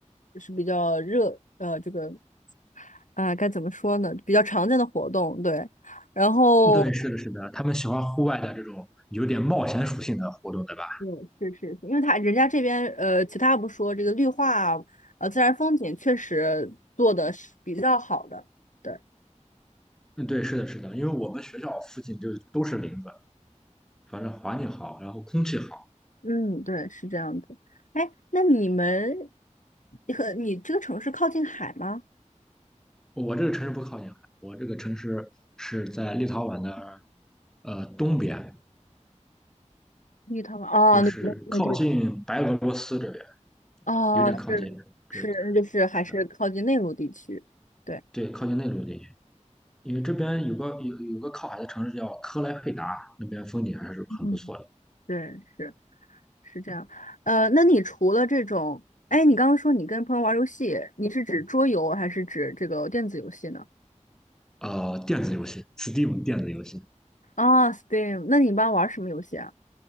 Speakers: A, on the left; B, in the centre.
A: 就是比较热，呃，这个啊、该怎么说呢？比较常见的活动，对。然后，
B: 对，是的，是的，他们喜欢户外的这种有点冒险属性的活动，对吧？
A: 嗯，是是是，因为他人家这边呃，其他不说，这个绿化啊，呃，自然风景确实做的是比较好的。对。
B: 嗯，对，是的，是的，因为我们学校附近就都是林子，反正环境好，然后空气好。
A: 嗯，对，是这样子。哎，那你们和你这个城市靠近海吗？
B: 我这个城市不靠近海，我这个城市是在立陶宛的呃东边，
A: 绿陶吗？哦，
B: 就是靠近白俄罗斯这边，
A: 那那那就哦，
B: 有点靠近。
A: 是是，
B: 这是的，
A: 那就是还是靠近内陆地区。对，
B: 对，靠近内陆地区。因为这边有个有有个靠海的城市叫科莱佩达，那边风景还是很不错的。
A: 嗯，对，是是这样。呃，那你除了这种，哎，你刚刚说你跟朋友玩游戏，你是指桌游还是指这个电子游戏呢？
B: 呃，电子游戏，Steam 电子游戏，
A: 啊 s t e a m 那你一般玩什么游戏啊？